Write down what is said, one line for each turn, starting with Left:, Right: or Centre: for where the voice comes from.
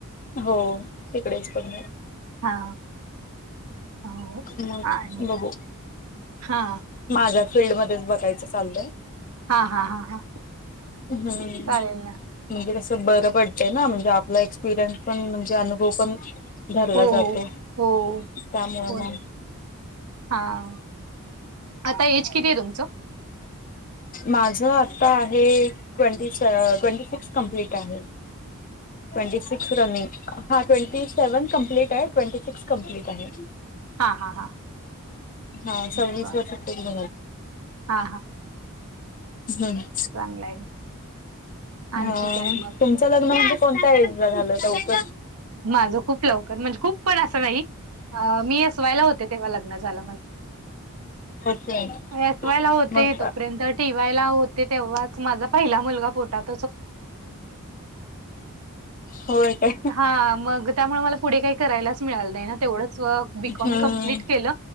Left: हो तिकडेच पण
Right: हा हो
Left: मग
Right: आणि
Left: बघू
Right: हा
Left: माझ्या फिल्डमध्येध्येच बघायच चालतय
Right: हा हा हा हा
Left: हम्म
Right: चालेल ना
Left: म्हणजे कसं बरं पडतय ना म्हणजे आपला एक्सपिरियन्स पण म्हणजे अनुभव पण धरला
Right: हो
Left: जातो
Right: हो हो
Left: त्यामुळे
Right: हो
Left: मग
Right: ना हा आता एज किती आहे तुमचं
Left: माझ आता आहे ट्वेंटी ट्वेंटी सिक्स कंप्लीट आहे ट्वेंटी सिक्स रनिंग हा ट्वेंटी सेव्हन कंप्लीट आहे ट्वेंटी सिक्स कम्प्लीट आहे
Right: हा हा हा
Left: हा
Right: बर
Left: हम्
Right: हा
Left: हम्
Right: चांगलाय ना आणखी
Left: हा
Right: काय मग
Left: तुमच्या लग्न म्हण कोणत्या एज ला झालं उक
Right: माझं खूप लवकर म्हणजे खूप पण असं नाही मी असवायला होते तेव्हा लग्ना झालं
Left: ओके
Right: मी अस वायला होते
Left: मग
Right: तोपर्यंत ठीक ठवायला होते तेव्हाच माझा पहिला मुलगा पोटात
Left: हो का
Right: हा मग त्यामुळे मला पुढे काही करायलाच मिळालं नाही ना तेवढंच व बीकॉम
Left: हम्म
Right: कमप्लीट केलं